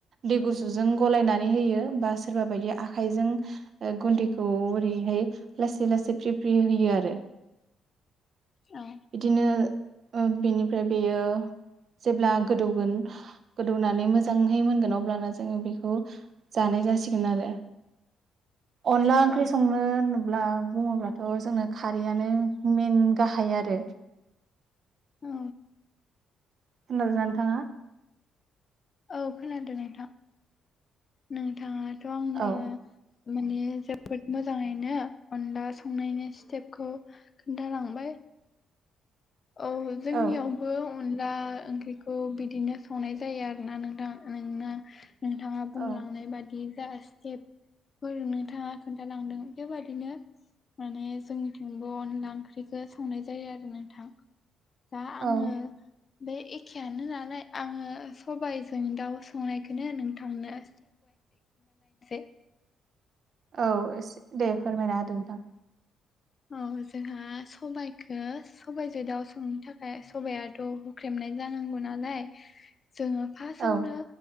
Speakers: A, on the right; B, on the left.
A: दै गुसुजों गलायनानै होयो बा सोरबा बायदिया आखाइजों गुन्दैखौ ओरैहाय लासै लासै फ्रि फ्रि होयो आरो
B: औ
A: बिदिनो बेनिफ्राय बेयो जेब्ला गोदौगोन गोदौनानै मोजांहै मोनगोन अब्लाना जोङो बेखौ जानाय जासिगोन आरो अनला ओंख्रि
B: औ
A: संनो होनोब्ला बुङोब्लाथ' जोंनो खारैयानो मेन गाहाय आरो
B: औ
A: <unintelligible> नोंथाङा
B: औ खोनादों नोंथां नोंथाङाथ' आं
A: औ
B: माने जोबोद मोजाङैनो अनला संनायनि स्टेपखौ खोन्थालांबाय औ जोंनियाव
A: औ
B: बो अनला ओंख्रिखौ बिदिनो संनाय जायो आरोना नोंथां नोंना नोंथाङा
A: औ
B: बुंलांनाय बादि जा केबफोर नोंथाङा खोन्थालांदों बेबादिनो माने जोंनिथिंबो अनला ओंख्रिखौ संनाय जायो आरो नोंथां दा
A: औ
B: आङो बे एखेयानो नालाय आङो सबाइजों दाउ संनायखौनो नोंथांनो <unintelligible>
A: औ एसे दे फोरमायना होदो नोंथां
B: औ जोंहा सबाइखौ सबाइजों दाउ संनो थाखाय सबायाथ' हुख्रेमनाय जानांगौ नालाय जोङो फार्स्टावनो
A: औ